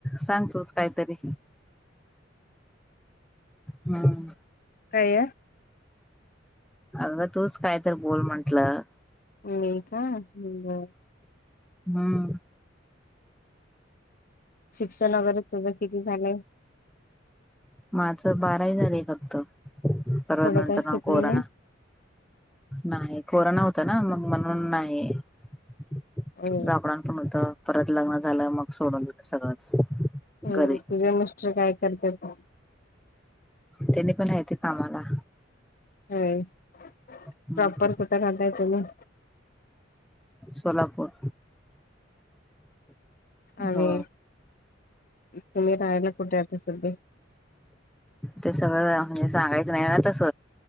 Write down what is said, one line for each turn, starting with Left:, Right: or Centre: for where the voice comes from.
Centre: सांगतुच काही तरी. हम्म.
Left: काय?
Centre: अगं तूच काय तर बोल म्हंटलं.
Left: मी का हम्म ब <unintelligible>
Centre: हम्म.
Left: शिक्षण वगैरे तुझं किती झालंय.
Centre: माझं बारावी झालीय फक्त परवत
Left: पुढं
Centre: नंतर
Left: काही
Centre: ना
Left: शिकली
Centre: कोरा
Left: नाही
Centre: नाही कोरोना होता ना, मग म्हणून नाही. <unintelligible>
Left: होय
Centre: गाबडान पण होत परत लग्न झालं मग. सोडून दिलं सगळंच
Left: हम्म
Centre: घरी
Left: तुझे मस्टर काय करतात मग.
Centre: त्यांनी पण हाय ते कामाला.
Left: ह प्रॉपर
Centre: हम्म
Left: कुटं राहताय तुम्ही.
Centre: सोलापूर.
Left: आणि
Centre: हो
Left: तु मी राहायला कुठे आता सध्या?
Centre: ते सगळं म्हणजे सांगायचं नाही ना तस.